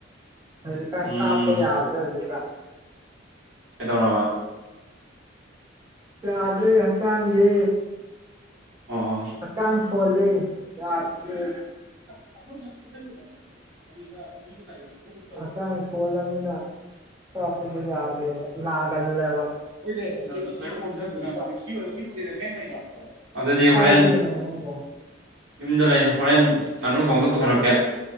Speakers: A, on the right (about 20°); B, on the right (about 75°).
A: ꯍꯧꯖꯤꯛꯀꯥꯟ
B: ꯎꯝ
A: ꯀꯥꯞꯄ ꯌꯥꯗ꯭ꯔꯦ ꯍꯧꯖꯤꯛꯀꯥꯟ
B: ꯀꯩꯗꯧꯔꯕ
A: ꯌꯥꯗ꯭ꯔꯦ ꯍꯛꯆꯥꯡꯖꯦ
B: ꯑꯣ ꯎꯝ
A: ꯍꯛꯆꯥꯡ ꯁꯣꯜꯂꯦ ꯌꯥꯗꯤꯌꯦ
B: ꯑꯁ ꯑꯩꯈꯣꯢ ꯃꯌꯥꯝ ꯐꯨꯖꯟꯕꯗꯣ ꯑꯗꯨꯗ <unintelligible>
A: ꯍꯛꯆꯥꯡ ꯁꯣꯜꯂꯝꯅꯤꯅ ꯀꯥꯞꯄꯗꯣ ꯌꯥꯗꯦꯕ ꯅꯥꯒꯜꯂꯦꯕ
B: ꯍꯣꯢꯅꯦ ꯃꯌꯥꯝ ꯑꯣꯝꯖꯟꯕꯗꯨꯗ ꯖꯤꯞꯁꯤ ꯑꯣꯢꯔ ꯃꯤ ꯄꯨꯂꯤꯁ ꯑꯁꯦꯡꯕꯅꯤꯗꯣ ꯑꯗꯨꯗꯤ
A: ꯀꯥꯏ
B: ꯍꯣꯔꯦꯟ
A: ꯂꯩꯅꯣ ꯅꯪꯕꯣ
B: ꯌꯨꯝꯗ ꯂꯩ ꯍꯣꯔꯦꯟ ꯉꯥꯅꯨ ꯊꯣꯡꯕꯗꯣ ꯄꯨꯊꯣꯔꯛꯀꯦ